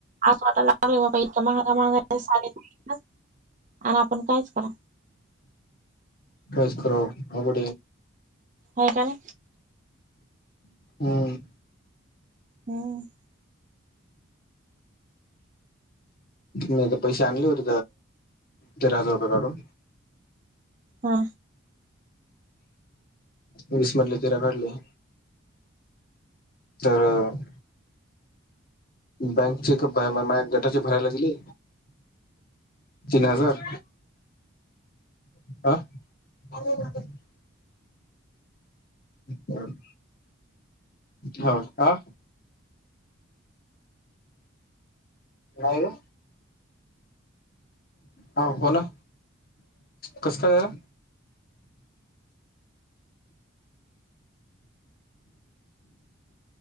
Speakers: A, on the right; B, on the left.
A: पास वाटाला लागले बाबा इतका महागा महागा सा आणि आपण कायच करा
B: प्रयस्कररा मब
A: हो काण
B: हम्म
A: हम्
B: नाही तर पैसे आणले होर तेरा हजार रुपये काढून
A: हा
B: वीस मधले तिरा काढली तर बँकचे डेटा भरायला दिेली तीन हजार ह हम हो ह हो हा कोण कस कारा